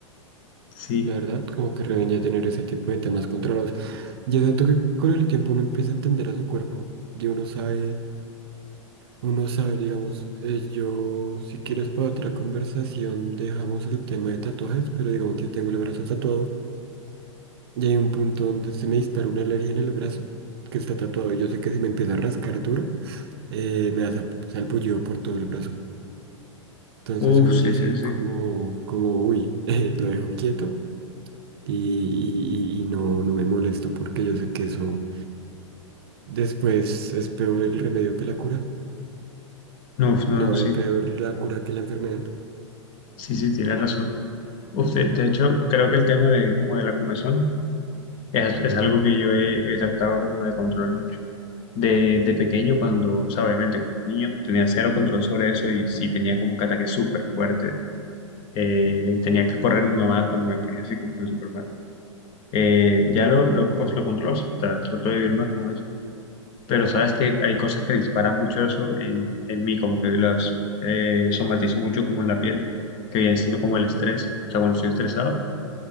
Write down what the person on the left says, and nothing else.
Sí,
uff,
sí,
sí,
sí,
no, uf, no,
no, sí,
sí, sí, tienes razón. Uf, de, de hecho, creo que el tema de como de la comezón es, es algo que yo he, he tratado como de controlar mucho De, de pequeño, cuando, o sea, obviamente, como niño, tenía cero control sobre eso y sí tenía como que ataques súper fuertes. Eh, tenía que correr mi mamá cuando me ponía así como que súper mal. Eh, ya lo, lo, pues lo controlo, o sea, tra- trato de vivir más con eso. Pero sabes que hay cosas que disparan mucho eso en, en mí, como que las eh, somatizo mucho como en la piel, que viene siendo como
el estrés. O sea, cuando estoy estresado,